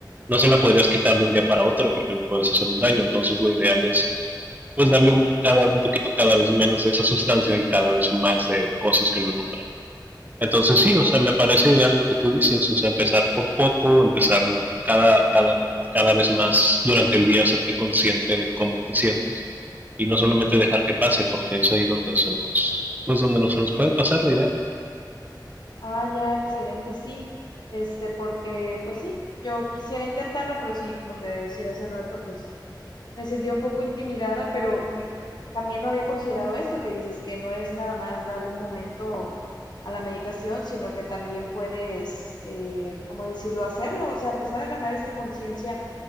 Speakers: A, on the right; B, on the left.
A: no se la podrías quitar de un día para otro porque le puedes hacer un daño. Entonces lo ideal es pues
B: Claro.
A: darle un, cada, un poquito cada vez menos de esa sustancia y cada vez más de cosas que lo nutran. Entonces
B: Ah,
A: sí, o sea, me parece ideal lo que tú dices, o sea, empezar por poco, empezar cada, cada, cada vez más durante el día, hacerte consciente de cómo te sientes y no solamente dejar que pase, porque es ahí donde se nos, pues donde no se nos puede pasar la idea.
B: ah, ya, excelente, sí. Este, porque, pues sí, yo quisiera intentarlo, pero sí, como te decía hace rato, pues me sentía un poco intimidada, pero me- también no había considerado esto que dices, que no es nada más darle un momento a la meditación, sino que también puedes, eh, ¿cómo decirlo?, hacerlo, o sea, empezar a ganar esta conciencia